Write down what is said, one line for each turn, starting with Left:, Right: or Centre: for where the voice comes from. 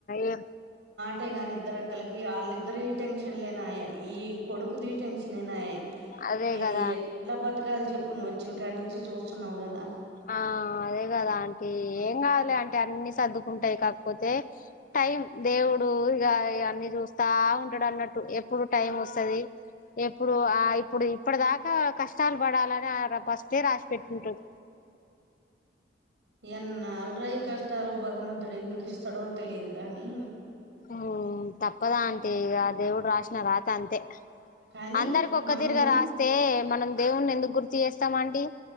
Left: ఏం
Right: టే గాని ఇద్దరు అక్కలకి వాళ్ళిద్దరు ఈ టెన్షన్ లేనాయ ఈ కొడుకు దీట్ టెన్షన్నాయే
Left: అదే
Right: నేను
Left: కదా
Right: ఎట్లా బతకలే చె ఇప్పుడు నువ్వు వచ్చిన కనుంచి చూస్తున్నావు కదా
Left: ఆ అదే కదా అంటీ
Right: మరి
Left: ఏం కాదులే అం టన్ని సర్దుకుంటాయి కాకపోతే టైం దేవుడు ఇగ్ ఇయ్యన్ని చూస్తా ఉ టాడన్నట్టు ఎప్పుడు టైం వస్తది ఎప్పుడు ఆ ఇప్పుడు ఇప్పటి దాకా కష్టాలు పడాలని ఫస్టే రాసి పెట్టుంటారు
Right: ఎన్నాలురాయి కష్టాలు భగవంతుడు ఎందుకు ఇస్తాడో తెలిదు కాని
Left: మ్ తప్పదు అంటి ఇగ అ దేవుడు రాసిన రాత అంతే
Right: కానీ
Left: అందరికి ఒక్క
Right: మనం
Left: తిరిగా రాస్తే మనం దేవుని ఎందుకు గుర్తు చేస్తాం అంటి